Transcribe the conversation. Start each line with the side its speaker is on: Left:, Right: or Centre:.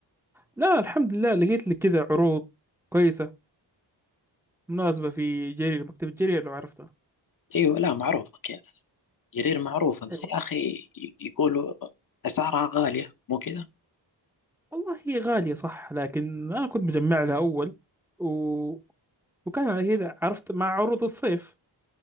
Centre: لا الحمد لله لقيت لي كذا عروض كويسة مناسبة في جرير مكتبة جرير لو عرفتها
Left: ايوه لا معروفة كيف جرير معروفة بس
Centre: ايوه
Left: يا اخي ي- يقولوا اسعارها غالية مو كذا
Centre: والله هي غالية صح لكن أنا كنت مجمع لها أول و... وكان كذا عرفت مع عروض الصيف